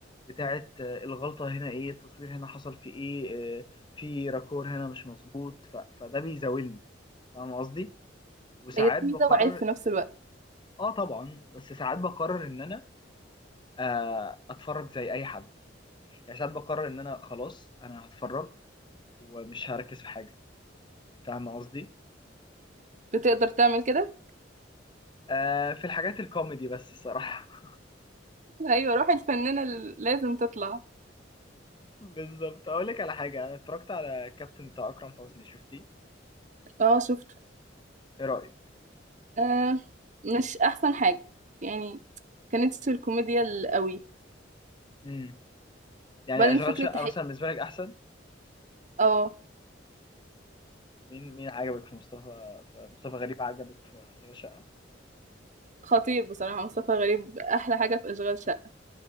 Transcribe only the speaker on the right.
هي ميزة
وعيب في نفس الوقت
بتقدر تعمل كده
ايوه روح الفنانة اللي لازم تطلع
اه شفته
آه مش احسن حاجة يعني كانت في الكوميديا القوي
وبعدين
فكرة
تحقيق
اه
خطير بصراحة مصطفى غريب أحلى حاجة في أشغال شقة